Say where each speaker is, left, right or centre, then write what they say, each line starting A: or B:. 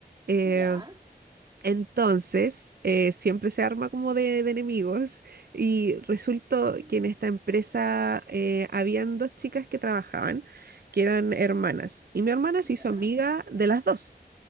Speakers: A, on the right; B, on the right.
A: eh,
B: ya,
A: Entonces, eh, siempre se arma como de, de enemigos y resultó
B: mm,
A: que en esta empresa eh, habían dos chicas que trabajaban, que eran hermanas, y mi hermana se
B: ya,
A: hizo amiga de las dos,